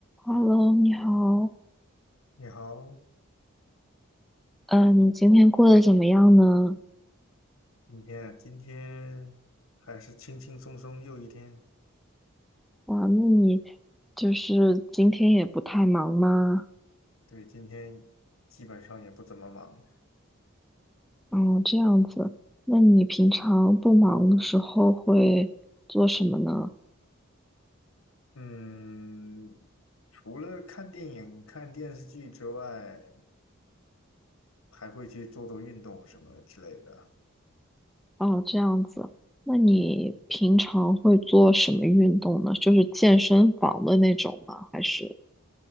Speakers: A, in the centre; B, on the left.
A: Hello，你好，
B: 你好，
A: 嗯，你今天过得怎么样呢？
B: 今天今天还是轻轻松松又一天。
A: 哇，那你就是今天也不太忙吗？
B: 对，今天基本上也不怎么忙。
A: 哦，这样子，那你平常不忙的时候会做什么呢？
B: 嗯，除了看电影、看电视剧之外，还会去做做运动什么之类的。
A: 哦，这样子，那你平常会做什么运动呢？就是健身房的那种吗？还是？